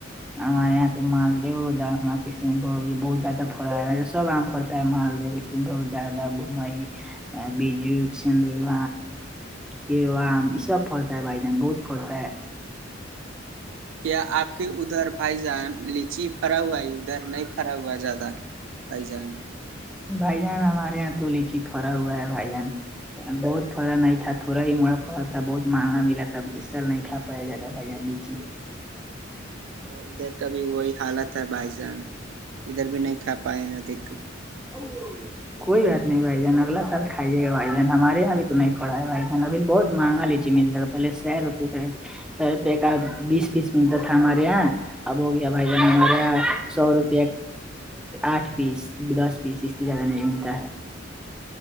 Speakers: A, in the centre; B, on the right (about 70°).
A: ہمارے یہاں تو مالد ہو ج کن بہت زیادہ فا سبم محال دیک بہت زیادہ گھوم بجت سندور وام یہ سب فڑتا ہے بائی جان بہت فڑتا ہے
B: کیا آپ کے ادھر بھائی جان لیچی پھرا ہوا ہے ادھر نہیں پھرا ہوا ہے زیادہ بھائی جان
A: بائی جان ہمار یہاں تلی چ فرا ہو گا ہے بائی جان بہت پڑا نہیں تھا تھوڑا ہی مڑا پڑا تھا بہت مہنگا ملا تھا اس سال نہیں تھاا پایا جاتا بھائییاڈی ج ہی
B: ادھر کا بھی وہی حالت ہے بھائی جان ادھر بھی نہیں کھا پائے ادک
A: <unintelligible> کوئی بات نہیں بھائی جان اگلا سال کھائیے گا بائی جان ہمارے یہاں بھی تو نہیں پڑا ہے بھائی جان اب بہت مہنگا لیجیے مل لگا پہے سے روپئے کا روپ کا بیس پیس ملتا تھا ہمارے یہاں اب ہو گیا بھائی جان ہمارے یہاں سو روپ آٹھ پیس دس پیس اس سے زیادہ نہیں ملتا ہے